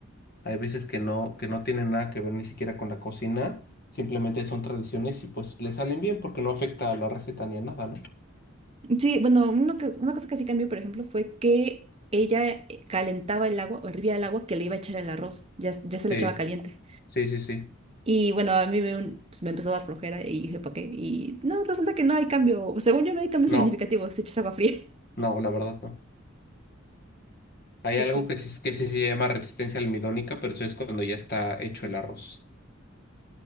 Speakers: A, on the left; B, on the right.
A: Hay veces que no, que no tienen nada que ver ni siquiera con la cocina, simplemente son tradiciones y pues le salen bien porque no afecta a la receta ni a nada, ¿no?
B: Sí, bueno, una, co- una cosa que sí cambió, por ejemplo, fue que ella eh, calentaba el agua o hervía el agua que le iba a echar el arroz, ya, ya se le
A: Sí,
B: echaba caliente.
A: sí, sí, sí.
B: Y bueno, a mí me, un- pues, me empezó a dar flojera y dije, ¿para qué? Y no, resulta que no hay cambio. Según yo, no hay cambio
A: No,
B: significativo. Se echas agua fría. <laughs>
A: no, la verdad no. Hay
B: Entonces,
A: algo que sí, que sí se llama resistencia almidónica, pero eso es cuando ya está hecho el arroz.